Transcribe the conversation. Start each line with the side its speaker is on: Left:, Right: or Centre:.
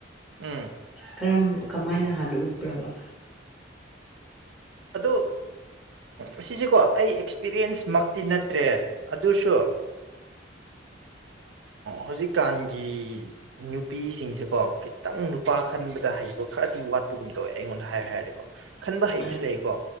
Right: ꯎꯝ
Centre: ꯀꯔ ꯀꯃꯥꯏꯅ ꯍꯥꯟꯅ ꯎꯠꯄ꯭ꯔꯕ
Right: ꯑꯗꯨ ꯑꯁꯤꯁꯤꯀꯣ ꯑꯩ ꯑꯦꯛꯁꯄꯤꯔꯤꯌꯦꯟꯁ ꯃꯛꯇꯤ ꯅꯠꯇ꯭ꯔꯦ ꯑꯗꯨꯁꯨ ꯍꯧꯖꯤꯛꯀꯥꯟꯒꯤ ꯅꯨꯄꯤꯁꯤꯡꯁꯦꯀꯣ ꯈꯤꯇꯪ ꯅꯨꯄꯥ ꯈꯟꯕꯗ ꯍꯩꯕ ꯈꯔꯗꯤ ꯋꯥꯠ ꯒꯨꯝ ꯇꯧꯋꯦ ꯑꯩꯉꯣꯟꯗ ꯍꯥꯏꯌꯨ ꯍꯥꯏꯔꯗꯤꯀꯣ ꯈꯟꯕ ꯍꯩꯕꯁꯤꯁꯨ
Centre: ꯎꯝ ꯎꯝ ꯎꯝ ꯎꯝ ꯎꯝ ꯎꯝ ꯎꯝ
Right: ꯂꯩꯌꯦꯀꯣ